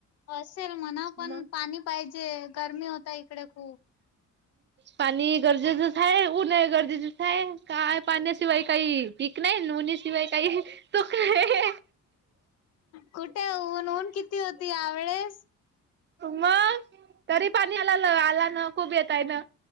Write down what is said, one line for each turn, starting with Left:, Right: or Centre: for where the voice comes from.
Left: <unintelligible> म्हणा पण
Right: मग
Left: पाणी पाहिजे गरमी होता इकडे खूप.
Right: पाणी गरजेचंच हाहे, उनय गरजेचच हाहे, काय पाण्याशिवाय काही पीक नाही उनी शिवाय काही तो काय.
Left: कुठे ऊन ऊन किती होती यावेळेस.
Right: मग तरी पाणी आला आला ना खूप येेतय न.